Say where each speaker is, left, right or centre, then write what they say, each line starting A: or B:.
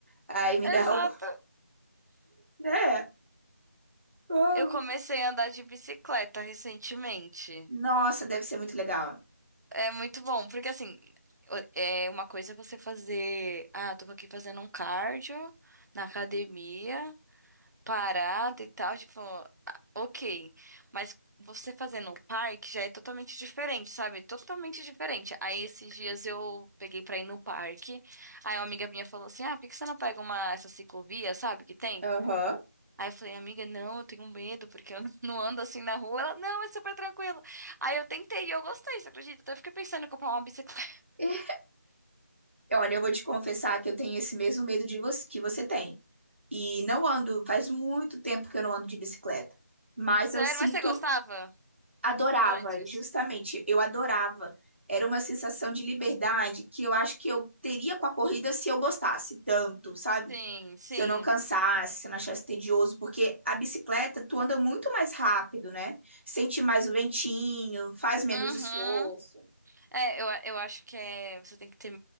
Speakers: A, on the right (about 40°); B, on the right (about 80°).
A: Aí me
B: exato.
A: dá o. <laughs> Né? Uau.
B: Eu comecei a andar de bicicleta recentemente.
A: Nossa, deve ser muito legal.
B: É muito bom, porque assim, o- é uma coisa é você fazer, ah, tô aqui fazendo um cardio na academia, parada e tal, tipo, ah, ok. Mas você fazendo um parque já é totalmente diferente, sabe? Totalmente diferente. Aí esses dias eu peguei pra ir no parque, aí uma amiga minha falou assim, ah, por que que você não pega uma, essa ciclovia, sabe, que tem?
A: Aham.
B: Aí eu falei, amiga, não, eu tenho medo, porque eu <laughs> não ando assim na rua. Ela, não, é super tranquilo. Aí eu tentei e eu gostei, você acredita? Até fiquei pensando em comprar uma bicicleta.
A: E Olha, eu vou te confessar que eu tenho esse mesmo medo de você, que você tem. E não ando, faz muito tempo que eu não ando de bicicleta. Mas
B: <laughs>
A: eu
B: Sério,
A: sinto,
B: mas você gostava?
A: adorava,
B: Antes?
A: e justamente, eu adorava. Era uma sensação de liberdade que eu acho que eu teria com a corrida se eu gostasse tanto, sabe?
B: Sim, sim.
A: se eu não cansasse, se eu não achasse tedioso, porque a bicicleta tu anda muito mais rápido, né? Sente mais o ventinho, faz menos
B: Uhum.
A: esforço.
B: É, eu, a- eu acho que é, você tem que ter.